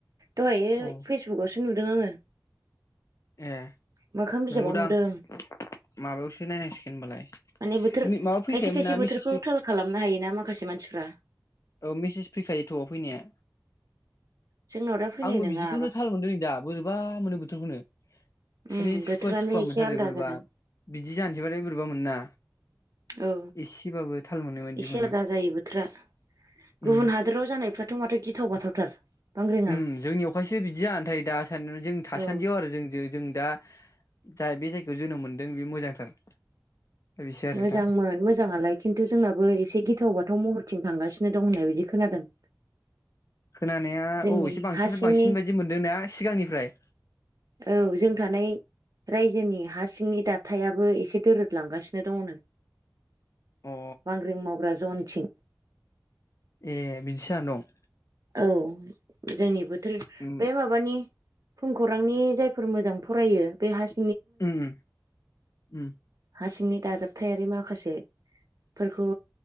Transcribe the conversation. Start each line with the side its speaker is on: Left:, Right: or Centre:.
Right: दहायो
Left: औ
Right: फेसबुकावसो नुदों आङो
Left: ए
Right: मोखां बिजाबाव
Left: नंगौदां
Right: नुदों
Left: माबायावसो नायनांसिगोन होनबालाय। ओम
Right: माने बोथोर
Left: माबा फैखायोमोन
Right: खायसे खायसे
Left: ना
Right: बोथोरखौ
Left: मेसेज फै
Right: थाल खालामनो हायोना माखासे मानसिफ्रा
Left: औ मेसेज फैखायो थ' फैनाया
Right: जोंनाव दा फैनाय
Left: आंबो
Right: नङा
Left: बिदिखौनो थाल मोन्दों दा बोरै बा मोनो बोथोरखौनो माने
Right: ओम
Left: सुखुवा
Right: बोथोरानो
Left: सुखुवा
Right: एसे
Left: मोनथारो
Right: आलदा
Left: बोरैबा
Right: जादों
Left: बिदि जानोसैबालाय बोरैबा मोनोना
Right: औ
Left: एसेबाबो थाल मोननाय बायदि
Right: एसे
Left: मोनो
Right: आलादा जायो बोथोरा गुबुन
Left: उम
Right: हादोराव जानायफ्राथ माथो गिथाव बाथावथार बांग्रिङा
Left: ओम जोंनिआव खायसो बिदि जानानै थायो दा सा जों थासान्दियाव
Right: औ
Left: आरो जोंजो जों दा जा बे जायगायाव जोनोम मोनदों बे मोजांथार बिसो आरो
Right: मोजांमोन
Left: दा
Right: मोजाङालाय खिन्थु जोंनाबो एसे गिथाव बाथाव महरथिं थांगासि दं होननाय बायदि खोनादों
Left: खोनानाया औ
Right: जोंनि
Left: एसे बांसिननिफ्राय
Right: हा सिंनि
Left: बांसिन बायदि मोनदोंना सिगांनिफ्राय
Right: औ जों थानाय रायजोनि हा सिंनि दाथाइयाबो एसे दोरोदलांगासिनो दङ नो
Left: अ
Right: बांग्रिं मावग्रा जनथिं
Left: ए बिदिसो जाना दं।
Right: औ जोंनि बोथ थोर
Left: उम
Right: बे माबानि फुं खौरांनि जायफोर मोजां फरायो बे हास
Left: ओम ओम
Right: हा सिंनि दाजाबथायारि माखासे फोरखौ